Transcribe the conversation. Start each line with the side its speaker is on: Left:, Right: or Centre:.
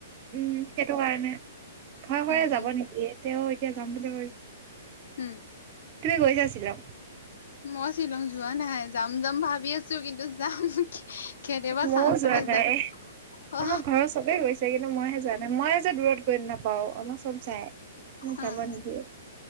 Right: উম সেইটো কাৰণে ভয় খয়
Left: উম
Right: যাব
Left: উম
Right: নিদিয়ে তেওঁ এতিয়া যাম বুলি কৈছে।
Left: হম
Right: তুমি গৈছাছিলা।
Left: মই শ্বিলং যোৱা নাই যাম যাম ভাবি আছো কিন্তু যাম কেতিয়াবা
Right: মইও
Left: চান্স পালে
Right: যোৱা নাই
Left: যাম অ
Right: আমাৰ ঘৰৰত চবে গৈছেগে কিন্তু মইহে যাৱা নাই মই হে যে দূৰত গৈ নাপাও আমাৰ চব যায়
Left: উম,
Right: যাব নিদিয়ে।